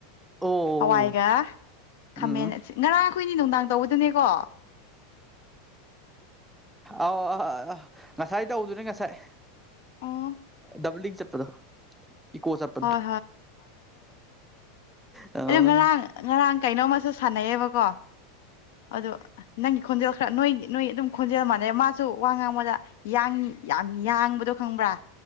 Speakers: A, in the centre; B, on the left.
A: ꯑꯣ
B: ꯍꯋꯥꯏꯒ ꯈꯥꯃꯦꯟ
A: ꯎꯝ
B: ꯉꯔꯥꯡꯈꯣꯏꯅꯤ ꯅꯨꯡꯗꯥꯡ ꯇꯧꯕꯗꯨꯅꯦꯀꯣ
A: ꯑ ꯑ ꯑ ꯉꯁꯥꯏ ꯇꯧꯗꯨꯅꯦ ꯉꯁꯥꯏ
B: ꯑꯣ
A: ꯗꯕꯂꯤꯡ ꯆꯠ ꯆꯠꯄ ꯏꯀꯣ ꯆꯠꯄꯗꯣ
B: ꯍꯣꯏ
A: ꯑꯥ
B: ꯑꯗꯨ ꯉꯔꯥꯡ ꯉꯔꯥꯡ ꯀꯩꯅꯣꯝꯃꯨ ꯁꯥꯟꯅꯩꯌꯦꯕꯀꯣ ꯑꯗꯨ ꯅꯪ ꯈꯣꯟꯖꯦꯜ ꯈꯔ ꯅꯣꯏ ꯅꯣꯏ ꯑꯗꯨꯝ ꯈꯣꯟꯖꯦꯜ ꯃꯥꯟꯅꯩ ꯃꯥꯁꯨ ꯋꯥ ꯉꯥꯡꯕꯗ ꯌꯥꯡꯏꯤ ꯌꯥꯝ ꯌꯥꯡꯕꯗꯣ ꯈꯪꯕ꯭ꯔꯥ